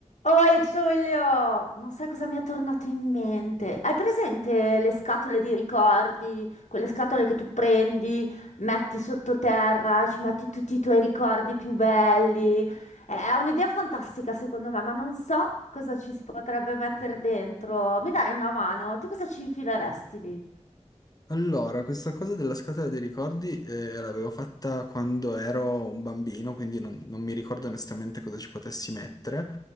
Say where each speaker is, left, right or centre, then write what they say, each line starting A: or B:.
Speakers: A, on the left (about 70°); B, on the left (about 30°).
A: Oi Giulio, non sai cosa mi è tornato in mente. Hai presente le scatole di ricordi? Quelle scatole che tu prendi, metti sottoterra, ci metti tutti i tuoi ricordi più belli. È un'idea fantastica secondo me, ma non so cosa ci si potrebbe mettere dentro. Mi dai una mano? Tu cosa ci infileresti lì?
B: Allora, questa cosa della scatola dei ricordi eh, l'avevo fatta quando ero un bambino, quindi non, non mi ricordo onestamente cosa ci potessi mettere,